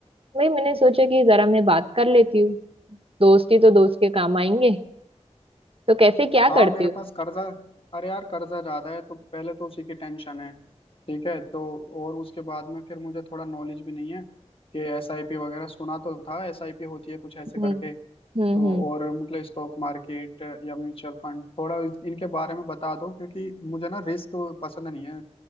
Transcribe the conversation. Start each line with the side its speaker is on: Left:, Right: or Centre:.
Right: वही मैंने सोचा कि जरा मैं बात कर लेती हूँ दोस्ती तो दोस्त के काम आएंगे तो कैसे क्या
Left: हाँ
Right: करते
Left: मेरे
Right: हो
Left: पास कर्जा अरे यार कर्जा ज्यादा है तो पहले तो उसी की टेंशन है ठीक है तो और उसके बाद में फिर मुझे थोड़ा नॉलेज भी नहीं है कि एस आई पी वगैरह सुना तो था एस आई पी होती है कुछ ऐसे
Right: हम्म
Left: करके
Right: हम्म
Left: तो
Right: हम्म
Left: और मतलब स्टॉक मार्केट या म्यूचुअल फंड थोड़ा इस- इनके बारे में बता दो क्योंकि मुझे ना रिस्क पसंद नहीं है